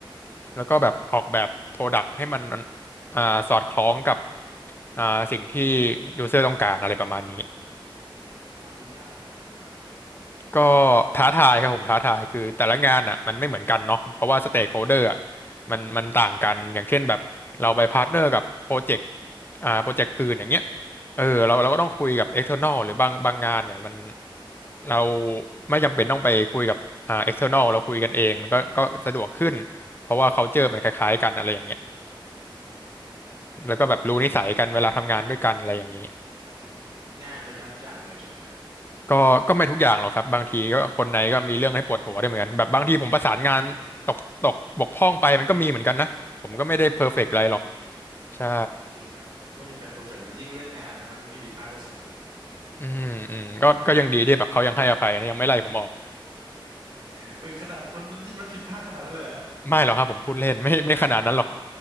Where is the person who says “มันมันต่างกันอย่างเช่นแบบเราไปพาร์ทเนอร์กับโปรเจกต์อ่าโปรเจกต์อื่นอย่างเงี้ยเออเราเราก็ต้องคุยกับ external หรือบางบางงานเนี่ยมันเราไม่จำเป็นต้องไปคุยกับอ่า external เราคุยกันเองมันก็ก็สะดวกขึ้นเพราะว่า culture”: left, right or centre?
Left